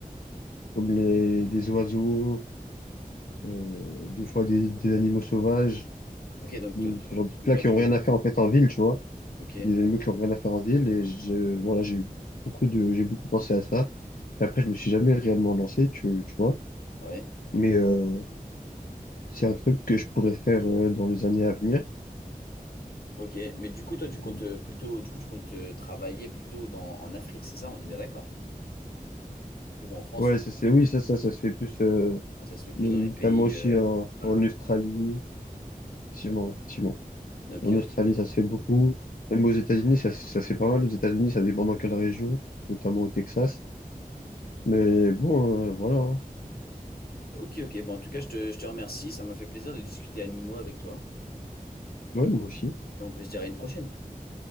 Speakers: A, on the left; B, on the left.
A: comme les, les oiseaux, euh, des fois des, des animaux sauvages,
B: Ok, donc,
A: de-
B: te- donc,
A: ce genre de trucs-là
B: toi,
A: qui ont
B: ton-
A: rien à faire en fait en ville, tu vois,
B: ok,
A: des animaux qui ont rien à faire en ville. Et je, voilà, j'ai eu beaucoup de, j'ai beaucoup pensé à ça. Et après, je me suis jamais réellement lancé, tu, tu vois.
B: ouais,
A: Mais euh, c'est un truc que je pourrais faire euh, dans les années à venir.
B: ok. Mais du coup, toi, tu comptes
A: Euh,
B: euh, plutôt, du coup, tu comptes euh, travailler plutôt dans, en Afrique, c'est ça? On est bien d'accord. Parce que bon, en France,
A: Ouais,
B: euh,
A: ça c'est oui, ça, ça, ça se fait plus, euh,
B: bon, ça se fait plus
A: notamment
B: dans les pays,
A: aussi
B: euh,
A: en,
B: voilà.
A: en Australie. Effectivement, effectivement.
B: Ok,
A: En Australie,
B: ok,
A: ça se fait beaucoup. Même aux États-Unis, ça, se- ça se fait pas mal. Aux États-Unis, ça dépend dans quelle région, notamment au Texas. Mais bon, euh, voilà. hein.
B: ok. ok. Bon, en tout cas, je te, je te remercie. Ça m'a fait plaisir de discuter animaux avec toi.
A: Ouais, moi aussi.
B: Et on peut se dire à une prochaine.